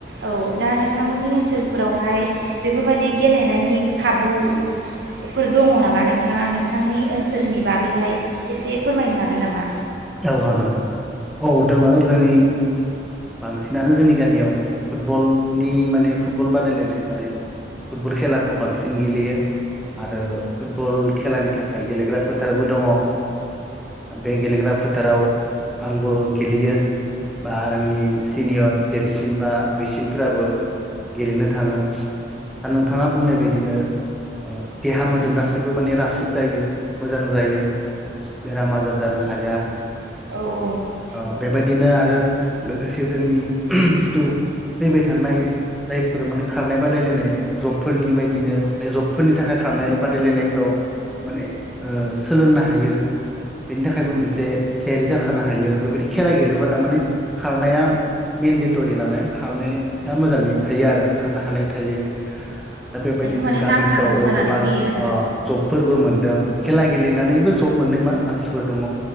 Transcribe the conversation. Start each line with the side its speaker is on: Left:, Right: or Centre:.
Right: औ दा नोंथांमोननि ओनसोल फोरावहाय बेफोरबायदि गेलेनायनि खाबुफोर दङ नामा नोंथाङा नोंथांनि ओनसोलनि बागैहाय एसे फोरमायनो हागोन नामा?
Centre: औ हागोन औ दोङो जोंनि बांसिनानो जोंनि गामियाव फुटबलनि माने फुटबल बादायलायनाय माने फुटबल खेलाखौ बांसिन गेलेयो आरो फुटबल खेलानि थाखाय गेलेग्रा फोथारबो दङ। बे गेलेग्रा फोथ फोथाराव आंबो गेलेयो बा आंनि सिनियर देरसिन बा दुइसिनफोराबो गेलेनो थाङो दा नोंथाङा बुंनाय बायदिनो देहा मोदोम गासिबो माने राफोद जायो मोजां जायो बेराम आजार जानो हाया
Right: खारनायखौ
Centre: ओ बेबायदिनो आरो लोगोसे जोंनि जिथु फैबाय थानाय जायफोर माने खारनाय बादायलायनाय जबफोरनि बायदिनो मान जबफोरनि थाखाय खारनाय बादायलायनायफ्राव माने सोलोंनो हायो हायो बेनि थाखायबो मोनसे थियारि जाखानो हायो बेबायदि खेला गेलेबा थारमाने खारनाया मेन्डेटरि नालाय खारनाया मोजाङै थायो आरो खारनो हानाय थायो दा बेबायदिनो
Right: माने
Centre: गामिफ्रावबो
Right: नांथारगौ जानानै
Centre: गोबां
Right: फैयो
Centre: ओ जबफोरबो मोनदों खेला गेलेनानैबो जब मोननाय मा मानसिफोर दङ